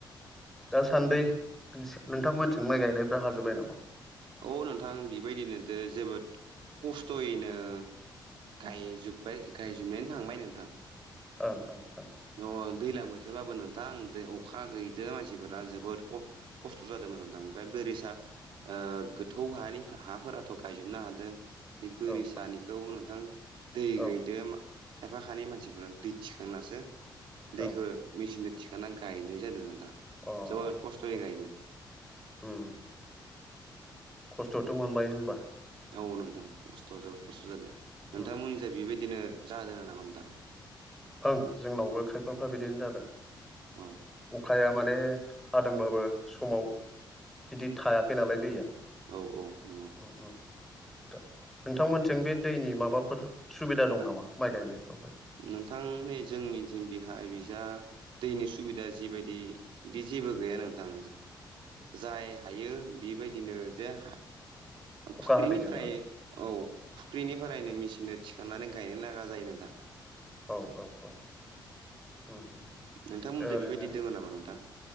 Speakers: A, in the centre; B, on the right.
A: दासान्दि नोंथांमोनथिं माइ गायनायफ्रा हाजोब्बाय नामा
B: औ नोंथां बेबायदिनो दो जोबोद खस्थ'यैनो गायजोबबाय गायजोबनायनि थांबाय नोंथां
A: ओं ओ ओ
B: अ दैज्लां बोथोरबाबो नोंथां अखा गैदो मानसिफोरा जोबोद ख खस्थ' जादोंमोन नथां ओमफ्राय बेरिसा ओ थौ हानि हाफोराथ' गायजोबनो हादों बे बोरिसानि
A: ओं
B: थ नोंथां दै
A: औ
B: गैदो खायफा खानि मानसिफोर दै थिखांनासो दैखौो
A: औ
B: मेचिनजों थिखांनानै गायनाय जादों नोंथां
A: औ
B: जोबोद खस्थ'यै
A: अ
B: गायदों
A: उम खस्थ'थ' मोनबाय होनबा
B: औ नोंथां खस्थ' जोबोद खस्थ' जादों नोंथांमोननिस
A: उम
B: बेबायदिनो ज जादोंनामा नोंथां
A: ओं जोंनावबो खायफाफ्रा बिदिनो जादों
B: औ
A: अखाया माने हादोंबाबो समाव बिदि थायाखै नालाय दैया
B: औ औ नंगौ
A: ओ नोंथांमोनथिजों बे दैनि माबाफोर सुबिदा दं नामा माइ गायनायफ्रावहाय
B: नोंथांनि जोंनिथिम बिहाय बिजा दैनि सुबिदा जिबायदि बिदि जेबो गैया नोंथां जाय हायो बेबायदिनो जे
A: अखा
B: फुख्रिनिफ्राय
A: हादैजों ना
B: औ फुख्रिनिफ्रायनो मेचिनजों थिखांनानै गायनो नागा जायो नोंथां
A: औ औ औ। उम। उम।
B: नोंथांमोनजों
A: दा ओरैनो
B: बेबायदि दंङ नामा नोंथां?